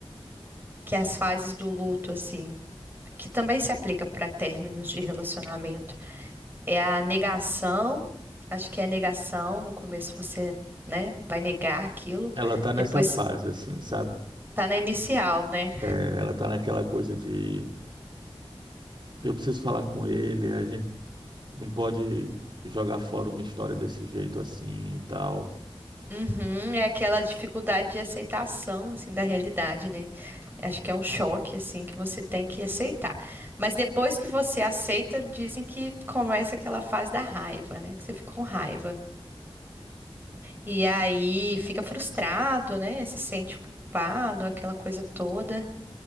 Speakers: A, on the right; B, on the right.
A: que as fases do luto, assim, que também se aplica para términos de relacionamento. É a negação, acho que é a negação, no começo você, né, vai negar aquilo,
B: Ela tá nessa
A: depois
B: fase, assim, sabe?
A: tá na inicial, né?
B: É, ela tá naquela coisa de eu preciso falar com ele, a gente não pode jogar fora uma história desse jeito assim e tal.
A: Uhum, é aquela dificuldade de aceitação, assim, da realidade, né? Acho que é um choque, assim, que você tem que aceitar. Mas depois que você aceita, dizem que começa aquela fase da raiva, né? Que você fica com raiva. E aí fica frustrado, né? Se sente culpado, aquela coisa toda.